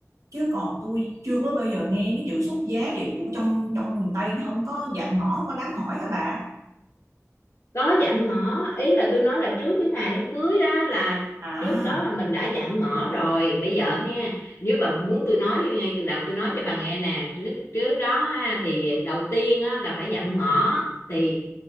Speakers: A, on the right (about 75°); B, on the left (about 65°).
A: chứ còn tôi chưa có bao giờ nghe cái chữ xuất giá vậy Ủa, trong trong miền Tây nó không có dạng ngõ không có đám hỏi hả bà
B: có dạm ngõ ý là tôi nói là trước cái ngày đám cưới đó là
A: à
B: trước đó là mình đã dạm ngõ rồi bây giờ ha nếu bà muốn tôi nói ngay từ đầu tôi nói cho bà nghe nè trước trước đó ha, thì đầu tiên á, là phải dạm ngõ thì